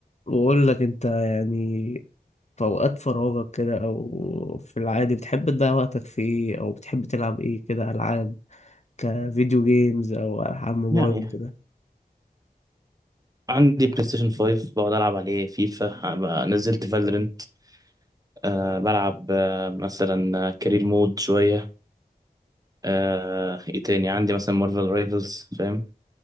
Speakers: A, on the left; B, on the right.
A: بقول لك انت يعني في اوقات فراغك كده او في العادي بتحب تضيع وقتك في ايه او بتحب تلعب ايه كده العاب كفيديو جيمز او العاب موبايل
B: يعني
A: كده
B: عندي بلاي ستيشن 5 بقعد العب عليه فيفا بقى- نزلت فالورنت أه بلعب أه مثلا كارير مود شويه أه ايه تاني عندي مثلا مارفل رايفلز فاهم